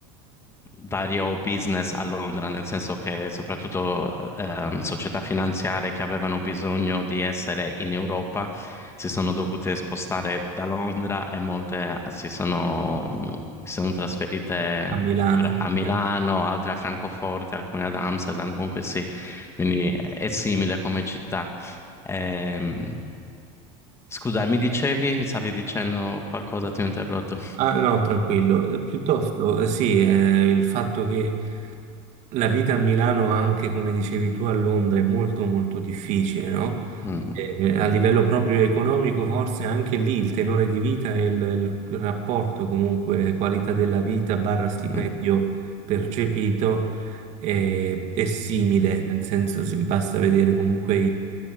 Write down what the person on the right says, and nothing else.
a Milano.
cioè,
Ah, no, tranquillo. Eh, Piuttosto, eh, sì, eh, il fatto che la vita a Milano, anche come dicevi tu a Londra, è molto molto difficile, no?
Eh, a livello proprio economico, forse anche lì il tenore di vita e il, il rapporto comunque qualità della vita barra stipendio
percepito è, è simile, nel senso si- basta vedere comunque